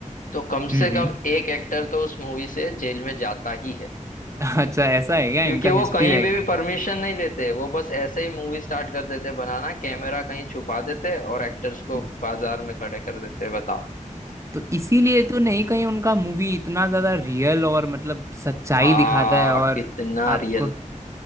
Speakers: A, on the left; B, on the right.
A: तो कम
B: हम्म
A: से कम
B: हम्म
A: एक एक्टर तो उस मूवी से जेल में जाता ही है
B: अच्छा ऐसा है क्या
A: क्योंकि
B: इनका
A: वो
B: हिस्ट्री
A: कहीं
B: रह
A: भी
B: गया
A: भी परमिशन नहीं लेते वो बस ऐसे ही मूवी स्टार्ट कर देते बनाना कैमरा कहीं छुपा देते और एक्टर्स को
B: हम्म,
A: बाजार में खड़े कर देते बताओ
B: तो इसीलिए तो नहीं कहीं उनका मूवी इतना ज्यादा रियल और मतलब सच्चाई
A: हाँ
B: दिखाता है और
A: कितना
B: आपको
A: रियल